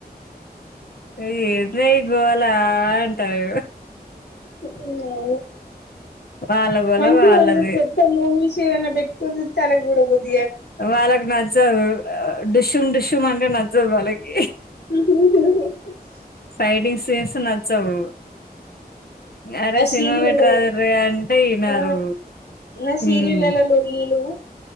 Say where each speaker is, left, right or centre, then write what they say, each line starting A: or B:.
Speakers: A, on the left; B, on the left.
A: ఆ ఏందే ఈ గోల అంటాది
B: ఏం బాలే
A: వాళ్ళ గోల
B: అంటున్నావు
A: వాళ్ళది
B: గదా పెద్ద మూవిస్ చీవన్న బెట్కొన్ జుత్తలే జూడబుద్
A: వాళ్ళక్ నచ్చదు ఆ డుషుం డుషుం అంటే నచ్చదు వాళ్ళకి
B: ఆ
A: ఫైటింగ్స్ సేస్తే నచ్చవు అరే
B: ఆ
A: సినిమా
B: సీరియల్
A: పెట్రా అరే అంటే ఇనరు
B: ఆ నా సీరియల్లో
A: ఉమ్
B: లొల్లీలు